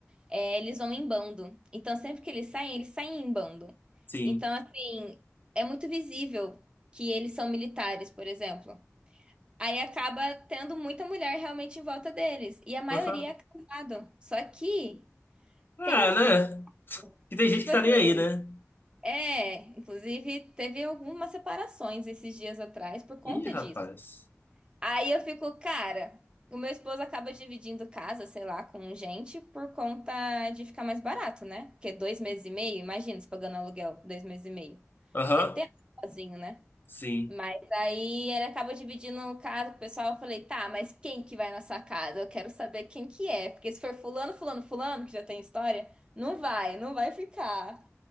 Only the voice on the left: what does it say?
Sim.
Aham.
Ah,
né?
Que
tem gente
que tá
nem aí, né?
Ih,
rapaz.
Aham,
sim.